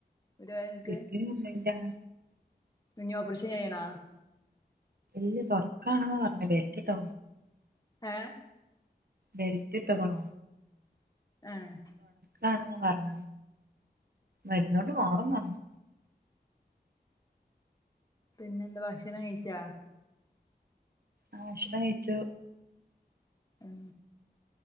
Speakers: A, on the left (about 25°); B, on the right (about 65°).
A: ഊരവേദനക്ക്
B: ഡിസ്കിന് കംബ്ലന്റ് ആണ്.
A: ഇനി ഓപ്പറേഷൻ ചെയ്യണാ?
B: ഇല് തുൊറക്കാണെന്നാ പറഞ്ഞ വലറ്റിട്ടോ
A: ഏ
B: ബൽറ്റ് ട്ട്ക്കണു
A: ആഹ്
B: കാണാന്ന് പറഞ്ഞ് മരുന്നോട്ട് മാറുംന്ന് പറഞ്ഞ്
A: പിന്നെ എന്ത ഭക്ഷണം കഴിച്ചാ
B: ആ ഭക്ഷണം കഴിച്ചു
A: ഉം